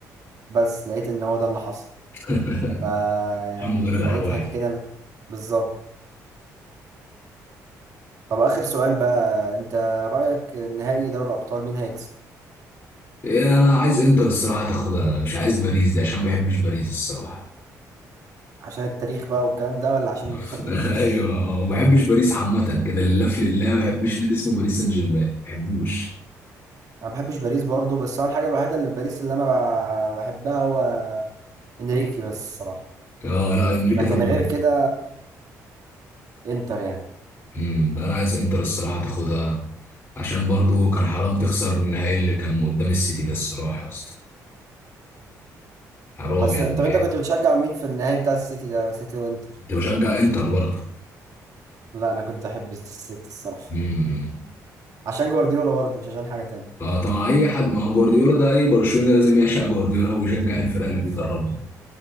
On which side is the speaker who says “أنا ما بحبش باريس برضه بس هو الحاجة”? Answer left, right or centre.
Right